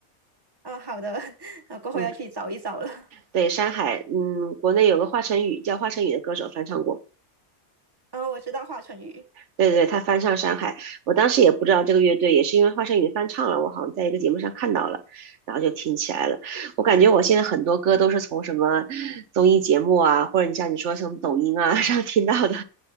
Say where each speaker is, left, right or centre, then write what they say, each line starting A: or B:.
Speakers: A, on the right; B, on the right.
A: 哦，好的，<laughs> 呃，过后要去找一找了。
B: 嗯，对，《山海》，嗯，国内有个华晨宇叫华晨宇的歌手翻唱过，
A: 嗯，我知道华晨宇，
B: 对对对，他翻唱《山海》，我当时也不知道这个乐队，也是因为华晨宇翻唱了，我好像在一个节目上看到了，然后就听起来了。我感觉我现在很多歌都是从什么综艺节目啊，或者你像你说从抖音啊 <laughs> 上听到的，